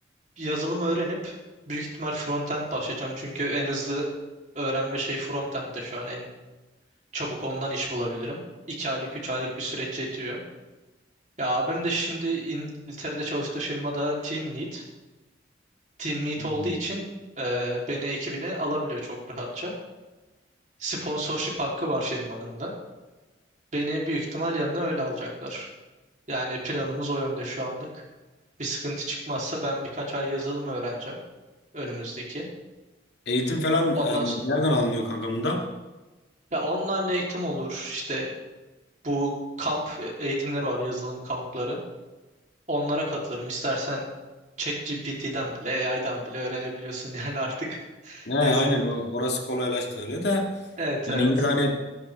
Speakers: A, on the right; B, on the left.
A: yazılım öğrenip büyük ihtimal frontend başlayacağım. Çünkü en hızlı öğrenme şey frontend'de şu an en çabuk ondan iş bulabilirim. 2 aylık 3 aylık bir süreç yetiyor. Ya abim de şimdi İngiltere'de çalıştığı firmada team lead. Team lead
B: Hmm.
A: olduğu için e, beni ekibine alabiliyor çok rahatça. Sponsorship hakkı var firmanın da. Beni büyük ihtimal yanına öyle alacaklar. Yani planımız o yönde şu anlık. Bir sıkıntı çıkmazsa ben birkaç ay yazılım öğreneceğim önümüzdeki.
B: Eğitim falan
A: Ondan
B: e, nereden
A: sonra,
B: alınıyor kanka bunda?
A: ya online eğitim olur. İşte bu kamp eğitimleri var, yazılım kampları. Onlara katılırım. İstersen ChatGPT'den bile, AI'dan bile öğrenebiliyorsun <laughs> yani artık.
B: He, aynen
A: yazılımı.
B: o. Orası kolaylaştı öyle de.
A: Evet
B: Yani
A: evet.
B: yine de hani